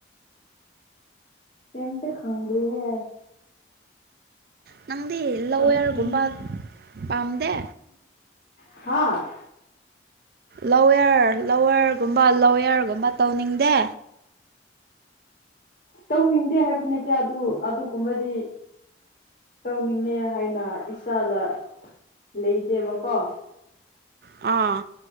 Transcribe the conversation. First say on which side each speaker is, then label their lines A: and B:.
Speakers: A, on the left; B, on the right.
A: ꯇꯝꯇ ꯈꯪꯗꯍ
B: ꯅꯪꯗꯤ ꯂꫭꯋꯦꯔꯒꯨꯝꯕ
A: ꯑꯗꯨ ꯏꯪꯂꯤꯁ
B: ꯄꯥꯝꯗꯦ
A: ꯍꯥꯥ
B: ꯂꫭꯋꯦꯔ ꯂꫭꯋꯔꯒꯨꯝꯕ ꯂꫭꯋꯦꯔꯒꯨꯝꯕ ꯇꯧꯅꯤꯡꯗꯦ
A: ꯇꯧꯅꯤꯡꯗꯦ ꯍꯥꯏꯕꯗꯨ ꯅꯇꯦ ꯑꯗꯨ ꯑꯗꯨꯒꯨꯝꯕꯗꯤ ꯇꯧꯅꯤꯡꯉꯦ ꯍꯥꯏꯅ ꯏꯁꯥꯗ ꯂꯩꯇꯦꯕꯀꯣ
B: ꯑꯥ